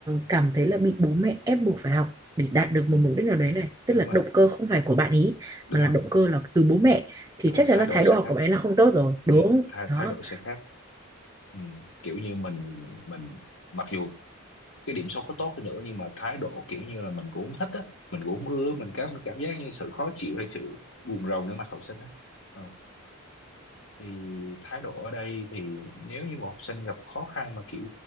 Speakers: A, on the right; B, on the left.
A: cảm thấy là bị bố mẹ ép buộc phải học để đạt được
B: ừ
A: một mục đích nào đấy này tức
B: đúng
A: là
B: rồi
A: động cơ không phải của bạn ý
B: đúng
A: mà là
B: rồi
A: động cơ là từ bố mẹ thì
B: đúng
A: chắc
B: rồi
A: chắn
B: thái
A: là
B: độ
A: thái
B: sẽ
A: độ học
B: khác
A: của bạn ấy là không tốt rồi
B: ừ
A: đúng
B: thái
A: đó
B: thái độ sẽ khác ừ. kiểu như mình mình mặc dù cái điểm số có tốt đi nữa nhưng mà thái độ kiểu như là mình cũng không thích á mình cũng không ưa mình cảm cảm giác như sự khó chịu hay sự buồn rầu nữa mặt học sinh á Ờ, thì thái độ ở đây thì nếu như một học sinh gặp khó khăn mà kiểu